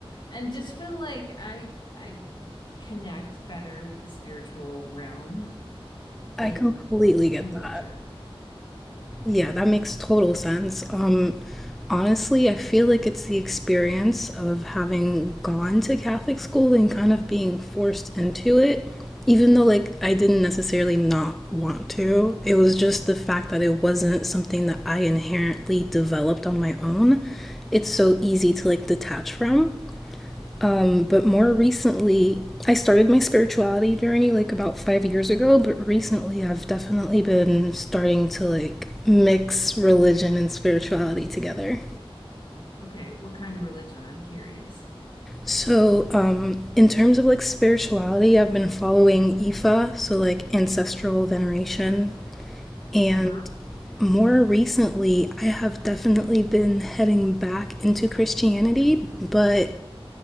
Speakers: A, on the left (about 50°); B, in the centre.
A: And just feel like I, I, connect better with the spiritual realm
B: I
A: in
B: completely get
A: in
B: that.
A: nature.
B: Yeah, that makes total sense. Um, honestly, I feel like it's the experience of having gone to Catholic school and kind of being forced into it, even though like I didn't necessarily not want to. It was just the fact that it wasn't something that I inherently developed on my own. It's so easy to like detach from. Um, but more recently, I started my spirituality journey like about five years ago, but recently I've definitely been starting to like mix religion and spirituality together.
A: Okay, what kind of religion? I'm curious.
B: So, um, in terms of like spirituality, I've been following Ifa, so like ancestral veneration, and
A: Uh-huh.
B: more recently, I have definitely been heading back into Christianity, but